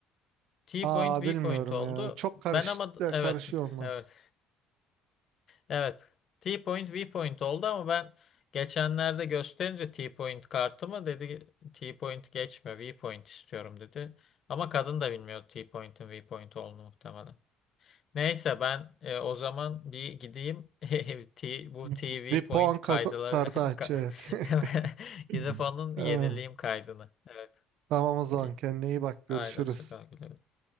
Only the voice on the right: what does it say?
Aa
bilmiyorum
ya. Çok karış
e,
karışıyor onlar.
Bir,
bir
puan kat-
kartı
aç
evet.
<laughs>
Ee,
Tamam o zaman
kendine iyi bak
görüşürüz.